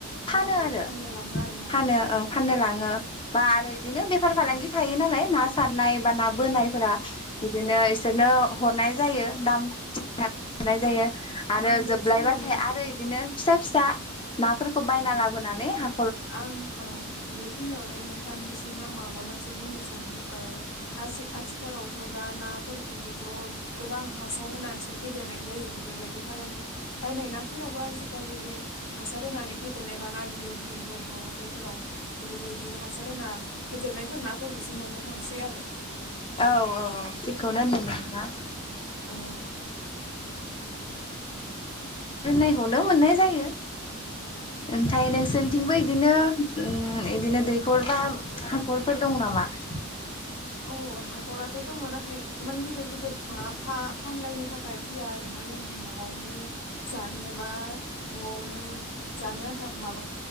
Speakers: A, on the left (about 65°); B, on the left (about 25°).
A: औ
B: फानो
A: औ
B: आरो।
A: फाननो लाङो आरोना
B: फानो
A: हाथाय बाजाराव
B: ओं फाननो लांङो बा
A: औ
B: आरो इदिनो बे फार फालांगि थायो नालाय ना सारनाय बा ना बोनायफोरा इदिनो
A: औ
B: इसोरनो हरनाय जायो। दाम <unintelligible> जायो। आरो
A: आं बेखिनियावनो
B: जोबलायबाथाय आरो इदिनो फिसा फिसा नाफोरखौ बायना
A: औ
B: लाबोनानै हा
A: आं औ बेखिनियावनो नोंथांनिसिम आं माबा मोनसे बुंनो साननि। ओ आजि आथिखालावथ' दा नाफोरखौबोथ' गोबां हासार होनानैसो फेदेरनाय जायो बेफोरबायदि फालांगियाव फिनाय नाफोरावबो आजिखालि बे हासार होनानै फेदेरनायबा ना गिदिर गिदिर गेदेरफोरखौ हाथाइफोराव बेफोरबायदि हासार ना फेदेरनायफोर नाफोरखौसो मोननो थांसै आरो
B: औ औ औ थिकखौनो होनदों नोंथांङा
A: औ
B: दोननायखौनो मोननाय जायो। ओमफ्राय नोंसोरनिथिंबो इदिनो ओ इदिनो दैखर बा हाखरफोर दं नामा? <inaudible>
A: अ हाखराथ' दंङ नाथाय इमान गिदिर गिदिर नंङा फा फानलायनो थाखाय। फैया आरोना जों न'आवनो जानो बा न'आवनो जानो आन्था माबा